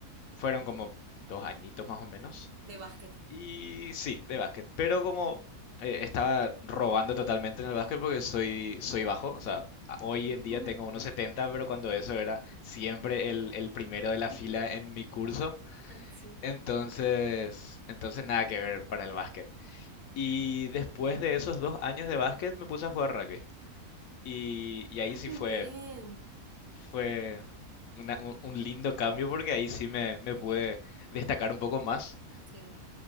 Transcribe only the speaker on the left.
Fueron como dos añitos más o menos.
Y sí, de básquet. Pero como eh, estaba robando totalmente en el básquet porque soy, soy bajo. O sea, a- hoy
en día tengo unos 70 pero cuando eso era siempre el, el primero de la fila en mi curso.
Entonces, entonces nada que ver para el básquet. Y después de esos dos años de básquet me puse a jugar rugby. Y, y ahí
sí
fue,
fue una- un, un lindo cambio porque ahí sí me, me pude destacar un poco más.